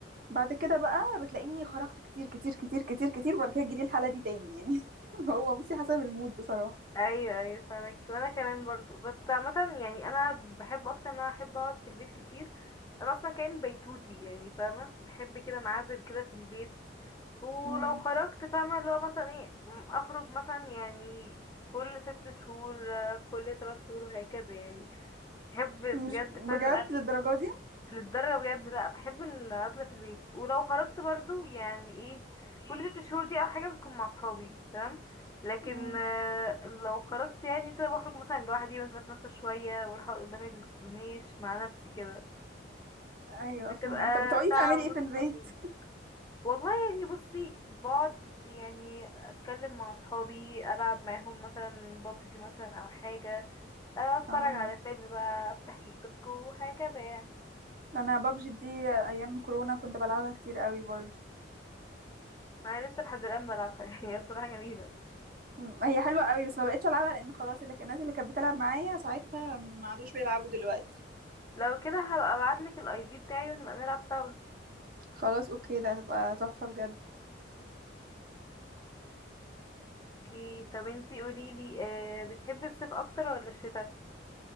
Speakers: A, on the right; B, on the left.
A: بعد كده بقى بتلاقيني خرجت كتير كتير كتير كتير كتير وبعد كده تجيلي الحاله دي تاني يعني <laughs> هو بصي حسب المود بصراحه
B: ايوه ايوه فاهمك وانا كمان برضو بس عامة يعني انا بحب اكتر ان انا احب اقعد في البيت كتير انا اصلا كائن بيتوتي يعني فاهمة بحب كده انعزل كده في البيت ولو
A: مم.
B: خرجت فاهمة اللي هو مثلا ايه م- اخرج مثلا يعني كل ست شهور آه، كل تلات شهور وهكذا يعني بحب
A: مش
B: بجد
A: بجد
B: فعلا الأكل
A: للدرجة دي
B: للدرجة بجد لا بحب الأكل في البيت ولو خرجت برضو يعني ايه كل ست شهور دي أو حاجة بتكون مع صحابي تمام لكن
A: مم.
B: آه، لو خرجت يعني كده بخرج مثلا لوحدي بنزل اتمشى شوية واروح أقعد قدام الكورنيش مع نفسي كده
A: ايوه
B: بتبقى
A: فهمك طب بتقعدي
B: ساعة
A: تعملي
B: ونص
A: ايه في البيت
B: ساعتين. والله يعني بصي بقعد يعني اتكلم مع اصحابي العب معاهم مثلا ببجي مثلا او حاجه اتفرج
A: اه
B: على فيلم بقى افتح تيك توك وهكذا يعني
A: انا بابجي دي ايام كورونا كنت بلعبها كتير قوي برضو
B: انا لسه لحد الان بلعبها <laughs> يعني هي بصراحه جميله
A: مم. هي حلوة قوي بس ما بقتش العبها لان خلاص اللي الناس اللي كانت بتلعب معايا ساعتها ما عادوش بيلعبوا دلوقتي
B: لو كده هبقى ابعتلك الاي دي بتاعي ونبقى نلعب سوا
A: خلاص اوكي ده هتبقى تحفة بجد
B: اوكي طب انتي قوليلي آه بتحبي الصيف اكتر ولا الشتاء